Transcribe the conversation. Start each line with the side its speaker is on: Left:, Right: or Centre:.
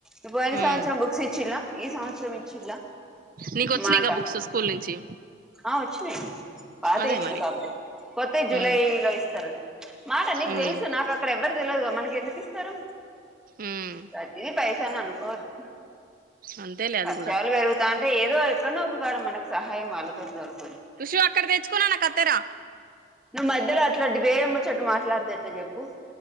Centre: ఇ పోయిన
Right: ఉమ్
Centre: సంవత్సరం బుక్స్ ఇచ్చిలా ఈ సంవత్సరం ఇచ్చలా
Right: నీకు వచ్చినాయిగా
Centre: మాట
Right: బుక్స్ స్కూల్ నుంచి
Centre: ఆ వచ్చినాయి పాతే
Right: అదే
Centre: ఇచ్చలు
Right: మరి
Centre: కాబట్టి కొత్త జూలై
Right: ఉమ్
Centre: లో ఇస్తారండి మాట నీకు
Right: ఉమ్
Centre: తెలుసు నాకు అక్కడ ఎవ్వరు తెలియదు మనకి ఎందుకు ఇస్తారు
Right: ఉమ్
Centre: ప్రతిది పైస ని అనుకోద్దు
Right: అంతేలే అది
Centre: పఖచలు
Right: కూడా
Centre: పెరుగుతా అంటే అంటే ఏదో ఎక్కడన్నాో ఒకగాడ మనకు సహాయం వాళ్ళతో దొకు
Right: ుషి అక్కడ తెచ్చుకున్నా నా కత్తరా
Centre: నువ్వు మధ్యలో అట్లాంటి వేరేమో చెట్టు మాట్లాడతే ఎట్లా చెప్పు